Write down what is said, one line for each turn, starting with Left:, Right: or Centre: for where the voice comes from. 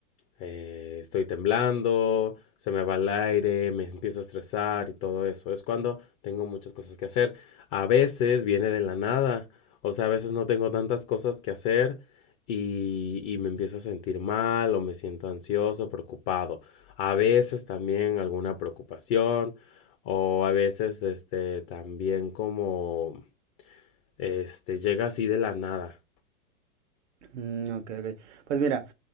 Left: eh, estoy temblando, se me va el aire, me empiezo a estresar y todo eso. Es cuando tengo muchas cosas que hacer. A veces viene de la nada, o sea, a veces no tengo tantas cosas que hacer y, y me empiezo a sentir mal o me siento ansioso, preocupado. A veces también alguna preocupación o a veces este también como este llega así de la nada.
Right: Mm, ok, ok. Pues mira.